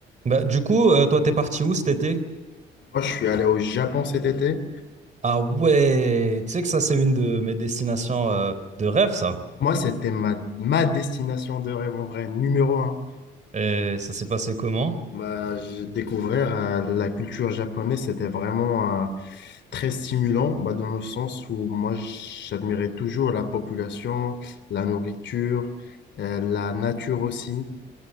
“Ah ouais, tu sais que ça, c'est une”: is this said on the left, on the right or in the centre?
Right